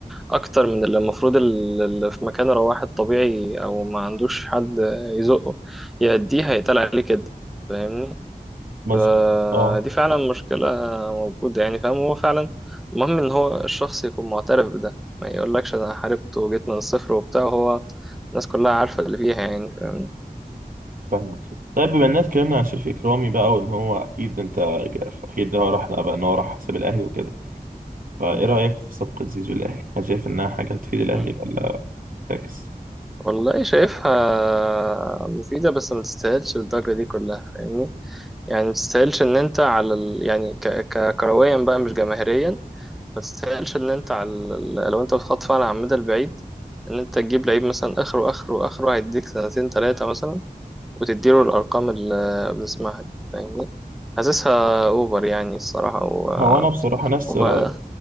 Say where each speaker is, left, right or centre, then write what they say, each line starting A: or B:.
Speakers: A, in the centre; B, on the right.
A: أكتر من اللي المفروض ال- اللي في مكانه لو واحد طبيعي أو ما عندوش حد يزقه يأديه هيتقال عليه كده فاهمني
B: مظبوط
A: فدي
B: أه
A: فعلا مشكلة موجودة يعني فاهم هو فعلا المهم إن هو الشخص يكون معترف بده ما يقولكش أنا حاربت وجيت من الصفر وبتاع هو الناس كلها عارفة اللي فيها يعني فاهم
B: فاهمك طيب بما إننا اتكلمنا عن شريف إكرامي بقى وإن هو أكيد أنت أكيد هو راح بقى إن هو راح حساب الأهلي وكده فإيه
A: مم.
B: رأيك في صفقة زيزو الأهلي؟ هل شايف إنها حاجة هتفيد الأهلي
A: مم.
B: ولا فاكس؟
A: والله شايفها مفيدة بس ما تستاهلش الضجة دي كلها فاهمني يعني ما تستاهلش إن أنت على ال... يعني ك... ك... كرويا بقى مش جماهيريا ما تستاهلش إن أنت على ال... لو أنت بتخطف على المدى البعيد إن أنت تجيب لعيب مثلا آخره آخره آخره هيديك سنتين تلاتة مثلا وتديله الأرقام اللي بنسمعها دي فاهمني حاسسها أوفر يعني الصراحة و...
B: هو أنا بصراحة نفس
A: وبقى
B: رأيك